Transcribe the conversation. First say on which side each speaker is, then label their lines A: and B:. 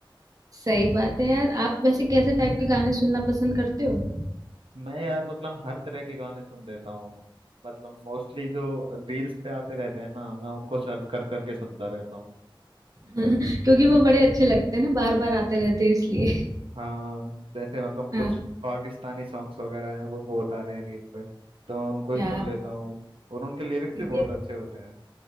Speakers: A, on the right (about 40°); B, on the right (about 80°).
A: सही बात है यार आप वैसे कैसे टाइप के गाने सुनना पसंद करते हो
B: मैं यार मतलब हर तरह के गाने सुन लेता हूँ मतलब मोस्टली जो रील्स पे आते रहते हैं ना मैं उनको सर्च कर करके सुनता रहता हूँ
A: <laughs> क्योंकि वो बड़े अच्छे लगते हैं ना बार बार आते रहते हैं इसलिए
B: हाँ जैसे मतलब
A: हाँ
B: कुछ पाकिस्तानी सॉन्ग्स वगैरह हैं वो बहुत आ रहे हैं रील पे तो मैं
A: <laughs>
B: उनको ही
A: यार
B: सुन लेता हूँ और उनके लिरिक्स
A: ये
B: भी बहुत अच्छे होते हैं